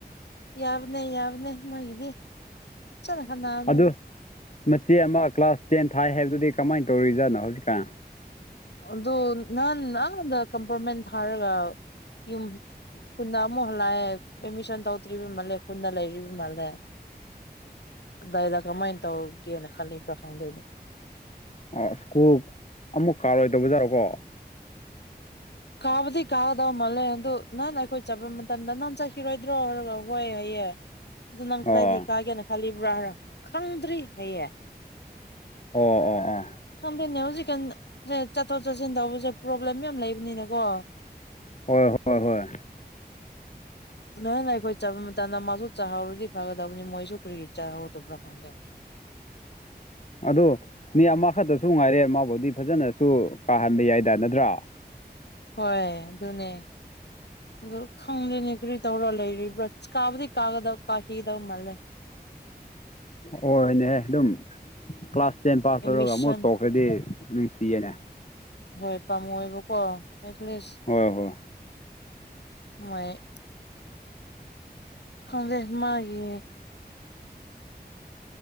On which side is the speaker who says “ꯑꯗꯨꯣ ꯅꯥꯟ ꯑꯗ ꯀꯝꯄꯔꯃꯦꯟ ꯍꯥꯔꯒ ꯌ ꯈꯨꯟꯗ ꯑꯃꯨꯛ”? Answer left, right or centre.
Left